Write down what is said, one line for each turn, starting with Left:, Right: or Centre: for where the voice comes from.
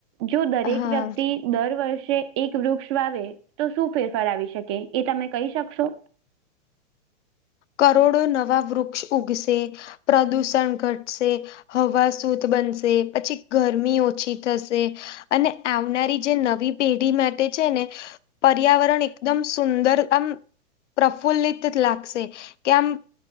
Right: જો દરેક
Left: હા
Right: વ્યક્તિ, દર વર્ષે એક વૃક્ષ આવે તો શું ફેરફાર આવી શકે એ તમે કહી શકશો.
Left: કરોડો નવા વૃક્ષ ઉગશે પ્રદૂષણ ઘટશે. હવા શુદ્ધ બનશે પછી ગરમી ઓછી થશે. અને આવનારી જે નવી પેઢી માટે છે ને પર્યાવરણ એકદમ સુંદર આમ પ્રફુલ્લિત લાગશે. કેમપ.